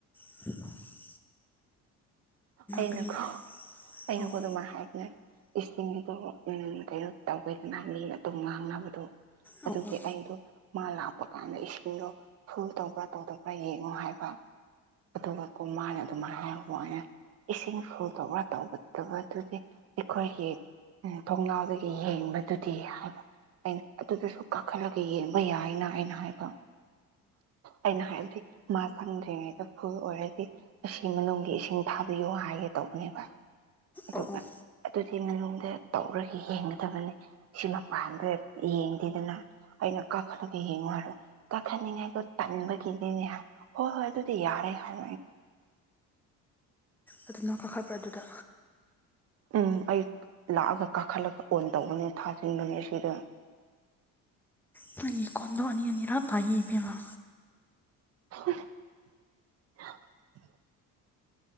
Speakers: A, in the centre; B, on the right.
A: ꯎ <inaudible>
B: ꯑꯩꯅꯀꯣ
A: ꯀꯔꯤ
B: ꯑꯩꯅꯀꯣ
A: ꯑꯣ
B: ꯑꯗꯨꯃꯥꯢꯅ ꯍꯥꯏꯕꯅꯦ ꯏꯁꯤꯡꯗꯣ ꯎꯝ ꯀꯩꯅꯣ ꯇꯧꯋꯦꯗꯅ ꯃꯤꯅ ꯑꯗꯨꯝ ꯉꯥꯡꯅꯕꯗꯣ
A: ꯑꯣ
B: ꯑꯗꯨꯒꯤ
A: ꯑꯣ
B: ꯑꯩꯗꯣ ꯃꯥ ꯂꯥꯛꯞꯄ ꯀꯥꯟꯗ ꯏꯁꯤꯡꯗꯣ ꯐꯨꯜ ꯇꯧꯕ꯭ꯔꯥ ꯇꯧꯗꯕ꯭ꯔꯥ ꯌꯦꯡꯉꯣ ꯍꯥꯏꯕ ꯑꯗꯨꯒ ꯀꯣ ꯃꯥꯅ ꯑꯗꯨꯃꯥꯏꯅ ꯍꯥꯏꯅ ꯏꯁꯤꯡ ꯐꯨꯜ ꯇꯧꯕ ꯇꯧꯗꯕ ꯑꯗꯨꯗꯤ ꯑꯩꯈꯣꯏꯒꯤ ꯎꯝ ꯊꯣꯡꯅꯥꯎꯗꯒꯤ ꯌꯦꯡꯕꯗꯨꯗꯤ ꯍꯥꯏꯕ ꯑꯩꯅ ꯑꯗꯨꯗꯁꯨ ꯀꯥꯈꯠꯂꯒ ꯌꯦꯡꯕ ꯌꯥꯏꯅ ꯑꯩꯅ ꯍꯥꯏꯕ ꯑꯩꯅ ꯍꯥꯏꯕꯗꯤ ꯃꯥ ꯆꯪꯗ꯭ꯔꯤꯉꯩꯗ ꯐꯨꯜ ꯑꯣꯏꯔꯗꯤ ꯏꯁꯤꯡ ꯃꯅꯨꯡꯒꯤ ꯏꯁꯤꯡ ꯊꯥꯕꯤꯌꯣ ꯍꯥꯏꯒꯦ ꯇꯧꯕꯅꯦꯕ ꯑꯗꯨꯒ
A: ꯑꯣ ꯑꯣ
B: ꯑꯗꯨꯗꯤ ꯃꯅꯨꯡꯗ ꯇꯧꯔꯒ ꯌꯦꯡꯒꯗꯕꯅꯤ ꯁꯤ ꯃꯄꯥꯟꯗ ꯌꯦꯡꯗꯦꯗꯅ ꯑꯩꯩꯅ ꯀꯥꯈꯠꯂꯒ ꯌꯦꯡꯉꯣ ꯍꯥꯢꯕ ꯀꯥꯈꯠꯅꯤꯡꯉꯥꯏꯗꯣ ꯇꯟꯕꯒꯤꯅꯦ ꯍꯥꯏ ꯍꯣꯏ ꯍꯣꯏ ꯑꯗꯨꯗꯤ ꯌꯥꯔꯦ ꯍꯥꯏ
A: ꯑꯗꯨ ꯅꯪ ꯀꯥꯈꯠꯕꯔꯥ ꯑꯗꯨꯗ
B: ꯎꯝ ꯑꯩ ꯂꯥꯛꯑꯒ ꯀꯥꯈꯠꯂꯒ ꯑꯣꯟ ꯇꯧꯕꯅꯦ ꯊꯥꯖꯤꯟꯕꯅꯦ ꯁꯤꯗ
A: ꯅꯪꯒꯤ ꯀꯣꯟꯗꯣ ꯑꯅꯤꯔꯛ ꯑꯅꯤꯔꯛ ꯇꯥꯏꯌꯦ ꯏꯕꯦꯝꯃ
B: <inaudible>